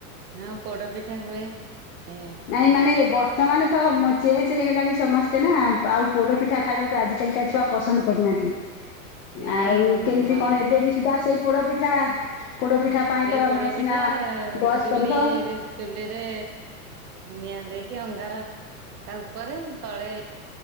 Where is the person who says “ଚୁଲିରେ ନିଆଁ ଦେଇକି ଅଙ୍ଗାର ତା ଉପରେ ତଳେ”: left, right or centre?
Right